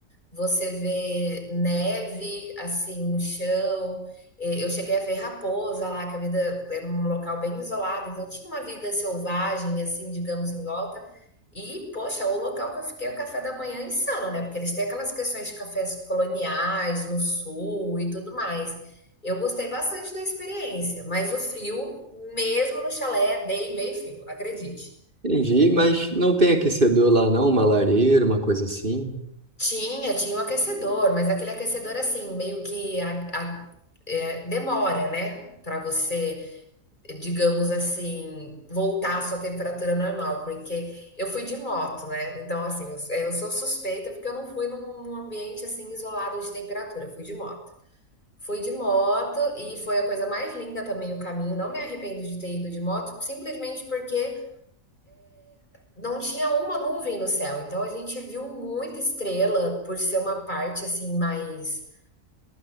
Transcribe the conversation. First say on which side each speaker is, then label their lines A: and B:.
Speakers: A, on the left; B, on the right.
A: você vê neve assim no chão. Eh, Eu cheguei a ver raposa lá, que a vida era um local bem isolado, então tinha uma vida selvagem, assim, digamos, em volta, e, poxa, o local que eu fiquei, é o café da manhã é insano, né? Porque eles têm aquelas questões de cafés coloniais no sul e tudo mais. Eu gostei bastante da experiência, mas o frio, mesmo no chalé, é bem, bem frio, acredite.
B: entendi, mas não tem aquecedor lá, não? Uma lareira, uma coisa assim?
A: Tinha, tinha um aquecedor, mas aquele aquecedor assim, meio que a- a- é, demora, né? Para você digamos assim, voltar à sua temperatura normal, porque eu fui de moto, né? Então, assim, eu, eu sou suspeita porque eu não fui num, num ambiente assim isolado de temperatura, eu fui de moto. Fui de moto e foi a coisa mais linda também o caminho. Não me arrependo de ter ido de moto, simplesmente porque não tinha uma nuvem no céu. Então a gente viu muita estrela por ser uma parte assim mais